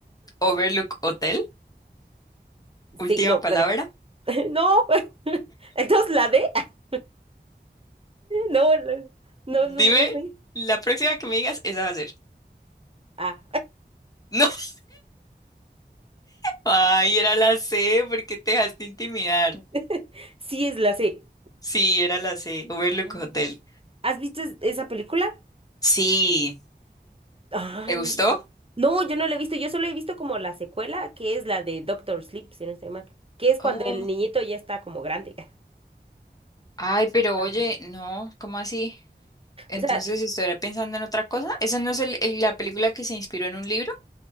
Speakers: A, on the left; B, on the right.
A: Overlook Hotel. Última
B: Sí, no, espérate.
A: palabra.
B: <laughs> No. <laughs> Entonces, ¿la D? <laughs> No, la- no, no,
A: Dime,
B: no sé.
A: la próxima que me digas, esa va a ser.
B: Ah,
A: <laughs> Ay, era la C, ¿por qué te dejaste intimidar?
B: <laughs> sí es la C.
A: Sí, era la C, Overlook
B: Ah.
A: Hotel.
B: ¿Has visto es- esa película?
A: Sí,
B: Ay,
A: ¿te gustó?
B: no, yo no la he visto. Yo solo he visto como la secuela, que es la de Doctor Sleep, si no estoy mal. Que es cuando
A: Oh,
B: el niñito ya está como grande. <laughs>
A: ay, pero
B: Está
A: oye,
B: buena.
A: no, ¿cómo así? Entonces,
B: O sea,
A: ¿estuviera pensando en otra cosa? ¿Esa no es el- el- la película que se inspiró en un libro